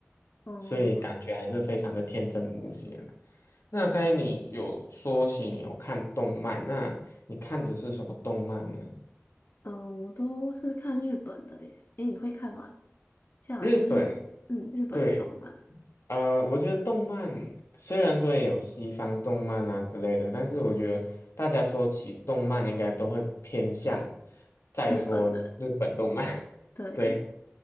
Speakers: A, on the left; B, on the left.
A: 哦，
B: 所以感觉还是非常的天真无邪的。那刚才你有说起你有看动漫，那你看的是什么动漫呢？
A: 嗯，我都是看日本的耶，诶，你会看吗？现在好像是嗯日本的动漫，
B: 日本，对，呃，我觉得动漫虽然说也有西方动漫啊之类的，但是我觉得大家说起动漫，应该都会偏向再说日本动漫，
A: 日本的
B: <laughs>
A: 对，
B: 对，